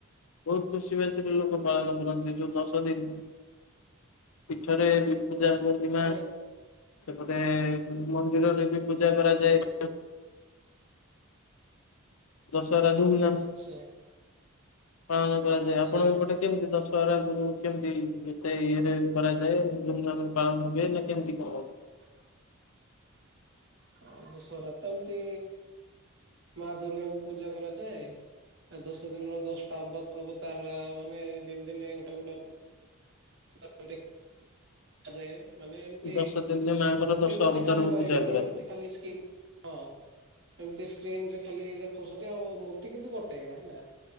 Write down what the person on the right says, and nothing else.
ମାନେ
ଆଚ୍ଛା
ଆଚ୍ଛା।
<inaudible> ଆ ଦଶହରା ତ ଏମିତି ମା ଦୁର୍ଗା କୁ ପୂଜା କରାଯାଏ। ଆ ଦଶ ଦିନର ଦଶଟା ଅ ଅବତାର ମାନେ ଦିନ ଦିନେ ଗୋଟେ ଗୋଟେ <unintelligible> ଦେଖାଯାଏ ମାନେ ଏମତି
ମୂର୍ତ୍ତି
ତ
ଦେଖାଯାଇ ପାରିବନି
ଏମତି ଖାଲି ସ୍କିନ୍ ହଁ ଏମିତି ସ୍କ୍ରିନ ରେ ଖାଲି ଦେଖାଉଛନ୍ତି। ଆଉ ମୂର୍ତ୍ତି କିନ୍ତୁ ଗୋଟେ ଏକା ହେଲା।